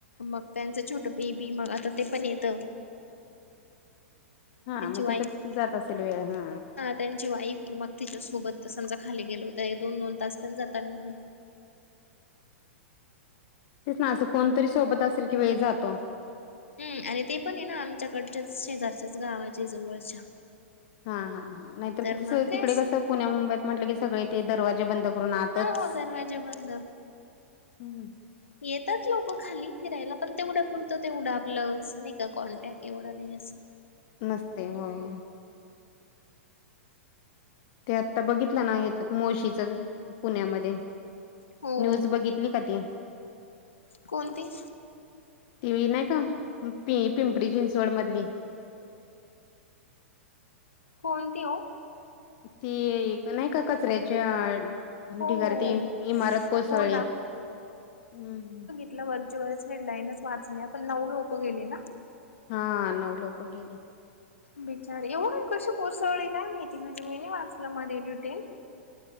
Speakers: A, on the left (about 70°); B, on the left (about 40°).
A: मग त्यांचं छोट बेबी मग आता ते पण येत.
B: हा म
A: वाईफ
B: त्याच्यात जात असेल वेळ हा
A: त्यांची वाईफ मग तिच्या सोबत समजा खाली गेलो त एक दोन दोन तास पण जाता निघून.
B: तेच ना, असं कोणतरी सोबत असेल की वेळ जातो.
A: हूं आणि ते पण ये ना आमच्याकडच्याच शेजारच्याच गावाचे जवळच्या
B: हा हा हा नायतर
A: तर
B: ते
A: मग
B: कस
A: काय
B: तिकडे
A: असं
B: कसं पुण्या मुंबईत म्हटलं की सगळे ते दरवाजे बंद करून आतच
A: हो हो दरवाजे बंद
B: हम्म,
A: येतात लोक खाली फिरायला,, पण तेवढ्या पुरतं तेवढं, आपलं असं नाय का कॉन्टॅक्ट एवढं नाय असं
B: नसतय होय. ते आत्ता बघितलं ना हयाच्यात मोळशीच पुण्यामध्ये
A: हो
B: न्यूज बघितली का ती
A: कोणती?
B: ती नाय का पि पिंपरी चिंचवड मधली
A: कोणते ओ?
B: ती एक नाय का कचऱ्याच्या
A: हो
B: ढिगारी
A: हो
B: ती
A: हो
B: इमारत कोसळी
A: हो
B: हूं हूं
A: कुठल्या वरचवरच हेडलाईनच वाचल्या पण नऊ लोक गेली ना.
B: हा नऊ लोक गेली.
A: बिचार एवढ कशी पसळले काय माहिती म्हणे मी वाचलं मध्ये डिटेल.